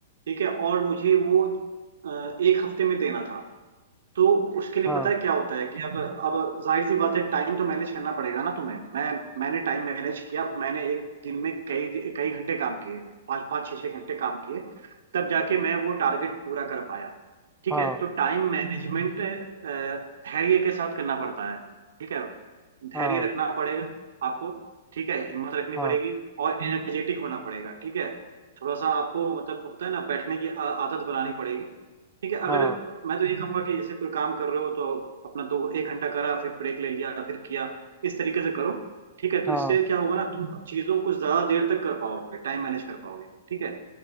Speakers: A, on the right; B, in the centre.
A: ठीक है और मुझे वो अ, एक हफ्ते में देना था तो उसके लिए
B: हाँ
A: पता है क्या होता है कि अब अब जाहिर सी बात है टाइम तो मैनेज करना पड़ेगा ना तुम्हें मैं मैंने टाइम मैनेज किया मैंने एक दिन में कई कई घंटे काम किए पाँच पाँच छः छः घंटे काम किए तब जाके मैं वो टारगेट पूरा कर पाया ठीक
B: हाँ
A: है तो टाइम मैनेजमेंट धैर्य के साथ करना पड़ता है ठीक है धैर्य
B: हाँ
A: रखना पड़ेगा आपको ठीक है हिम्मत रखनी
B: हाँ
A: पड़ेगी और एनर्जेटिक होना पड़ेगा ठीक है थोड़ा सा आपको मतलब होता है ना बैठने की आ- आदत बनानी पड़ेगी ठीक है अगर
B: हाँ
A: मैं तो ये कहूंगा कि जैसे कोई काम कर रहे हो तो अपना दो एक घंटा करा फिर ब्रेक ले लिया फिर किया इस तरीके से करो ठीक है तो
B: हाँ
A: इससे क्या होगा ना तुम चीजों को ज्यादा देर तक कर पाओगे टाइम मैनेज कर पाओगे ठीक है